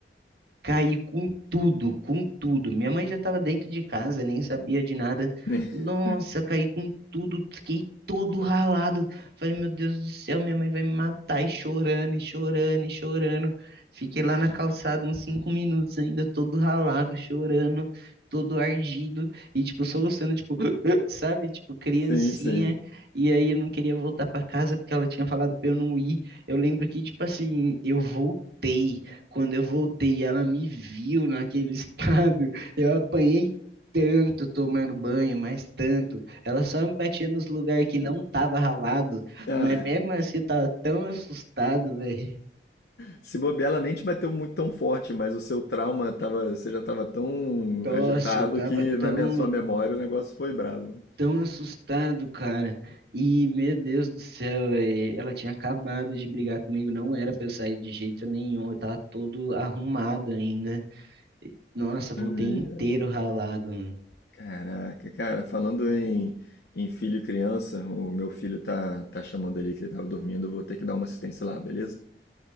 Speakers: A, on the right; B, on the left.
A: Caí com tudo, com tudo. Minha mãe já estava dentro de casa, nem sabia de nada.
B: <laughs>
A: Nossa, caí com tudo, fiquei todo ralado. Falei, meu Deus do céu, minha mãe vai me matar. E chorando, e chorando, e chorando. Fiquei lá na calçada uns cinco minutos ainda, todo ralado, chorando, todo ardido. E, tipo, soluçando, tipo, <laughs> <gasps> sabe? Tipo, criancinha.
B: Sim, sim.
A: E aí eu não queria voltar para casa porque ela tinha falado pra eu não ir. Eu lembro que, tipo assim, eu voltei. Quando eu voltei, ela me viu naquele <laughs> estado. Eu apanhei tanto tomando banho, mas tanto. Ela só me batia nos lugares que não tava ralado.
B: Ah,
A: Mas mesmo assim, eu tava tão assustado, velho.
B: se bobear, ela nem te bateu muito tão forte, mas o seu trauma tava, você já tava tão
A: Nossa,
B: agitado
A: eu tava
B: que na
A: tão,
B: minha, sua memória o negócio foi brabo.
A: tão assustado, cara. E, meu Deus do céu, velho. Ela tinha acabado de brigar comigo. Não era pra eu sair de jeito nenhum. Eu tava todo arrumado ainda. Nossa, voltei
B: Ai,
A: inteiro
B: ai.
A: ralado, mano.
B: Caraca, cara, falando em, em filho e criança, o meu filho tá, tá chamando ali que ele tava dormindo, eu vou ter que dar uma assistência lá, beleza?